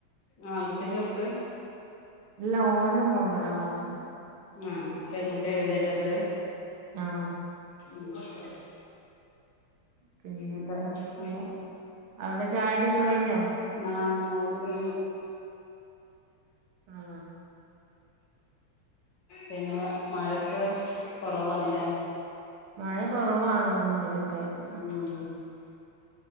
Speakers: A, on the left; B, on the right.
A: ആൺ കുട്ടിയ ചെറുത്
B: ഇല്ല ഓനും ഒമ്പതാം ക്ലാസ്
A: ആ പെൺകുട്ടി ആവുംലെ ചെറുത്
B: ആഹ്
A: ഉം അതെ
B: പിന്നെന്താ
A: ഉം
B: ആ, അവിടെ ചായകുടിയൊക്കെ കഴിഞ്ഞോ
A: ആഹ് ചായകുടി കഴിഞ്ഞോ
B: ആഹ്
A: പിന്നെ മഴൊക്കെ കൊറവാണ് ലെ
B: മഴ കൊറവാണ് ഇന്നും ഇന്നലെയൊക്കെ ആയിട്ട്
A: ഉം